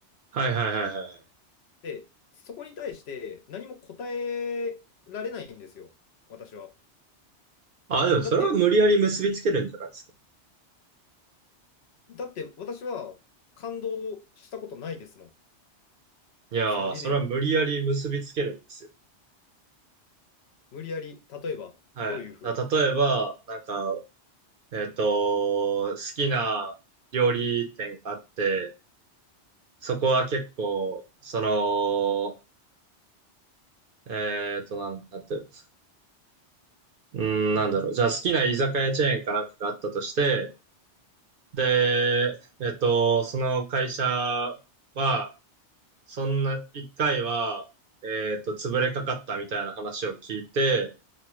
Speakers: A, on the right; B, on the left.
A: はいはいはいはいはい。
B: で、そこに対して何も答えられないんですよ、私は。
A: あ、でもそれは無理やり結びつけるんじゃないですか。
B: だって、だって私は感動したことないですもん、
A: いやー、
B: その理念に。
A: それは無理やり結びつけるんですよ。
B: 無理やり、例えば、
A: はい。
B: どういうふうに。
A: だ例えば、なんか、えっと、好きな料理店があって、そこは結構、その、えっと、なん、なんていうのうん、なんだろう。じゃあ好きな居酒屋チェーンかなんかがあったとして、で、
B: はい、
A: えっと、その会社は、そんな、一回は、えっと、潰れかかったみたいな話を聞いて、